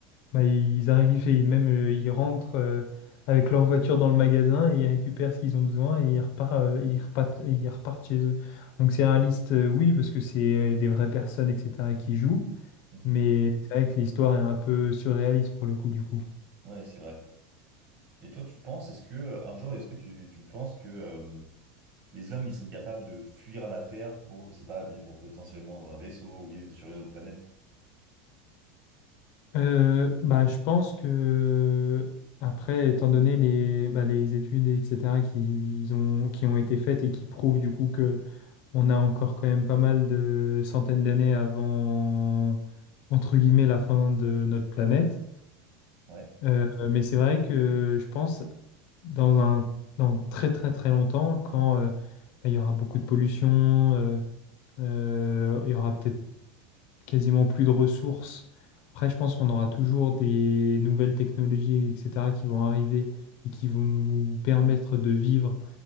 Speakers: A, on the left; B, on the right.
A: bah, ils arrivent et même euh, ils rentrent euh, avec leur voiture dans le magasin et ils récupèrent ce qu'ils ont besoin et ils repartent, euh, ils repartent, ils repartent chez eux. Donc c'est réaliste, euh, oui, parce que c'est euh, des vraies personnes, etc., qui jouent.
B: Mhm.
A: Mais c'est vrai que l'histoire est un peu surréaliste pour le coup du coup.
B: Ouais, c'est vrai. Et toi, tu penses, est-ce que euh, un jour, est-ce que tu, tu penses que euh, les hommes ils seraient capables de fuir la Terre pour, je sais pas, vivre potentiellement dans un vaisseau ou vivre sur une autre planète?
A: Euh, bah, je pense que, après, étant donné les, bah, les études, etc., qui ont, qui ont été faites et qui prouvent du coup que on a encore quand même pas mal de centaines d'années avant, entre guillemets, la fin de notre planète.
B: Ouais.
A: Euh, mais c'est vrai que je pense, dans un, dans très très très longtemps, quand euh, bah, il y aura beaucoup de pollution, euh, euh, il y aura peut-être quasiment plus de ressources. Après, je pense qu'on aura toujours des nouvelles technologies, etc., qui vont arriver et qui vont nous permettre de vivre